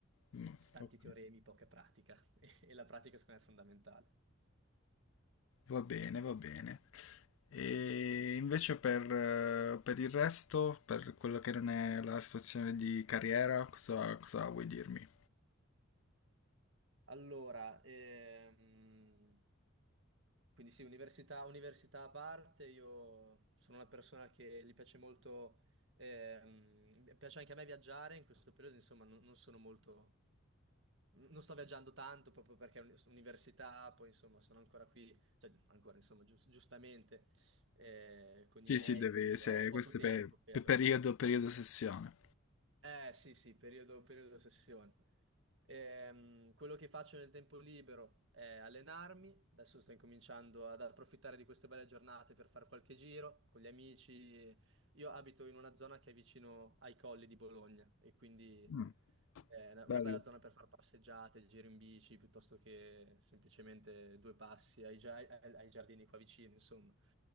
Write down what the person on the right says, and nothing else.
Tanti
teoremi, poca pratica. <laughs> E la pratica secondo me è fondamentale.
Mm.
Allora, ehm, quindi sì, università, università a parte, io sono una persona che gli piace molto, ehm, mi piace anche a me viaggiare, in questo periodo insomma non, non sono molto, non sto viaggiando tanto proprio perché è un- università, poi insomma sono ancora qui, cioè ancora insomma gius- giustamente eh, con
i miei,
quindi
ho ho poco
tempo
per...
Eh sì, sì, periodo, periodo sessione. Ehm, quello che faccio nel tempo libero è allenarmi. Adesso sto incominciando ad approfittare di queste belle giornate per fare qualche giro con gli amici. Io abito in una zona che è vicino ai colli di Bologna e quindi
eh, è una una
bella zona per fare passeggiate, giri in bici, piuttosto che semplicemente due passi ai, gia- ai ai giardini qua vicino, insomma.